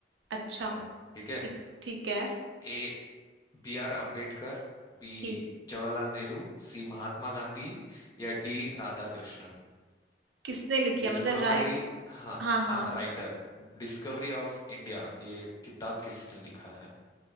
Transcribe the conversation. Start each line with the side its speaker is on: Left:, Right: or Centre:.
Right: अच्छा
Left: है ठीक है
Right: ठीक ठीक है
Left: A B R Ambedkar B
Right: ठीक
Left: Jawaharlal Nehru C Mahatma Gandhi या डी राधाकृष्णन
Right: किसने लिखी
Left: डिस्कवरी
Right: है मतलब राइट
Left: हाँ
Right: हाँ हाँ
Left: हाँ राइटर डिस्कवरी ऑफ इंडिया ये किताब किसने लिखा है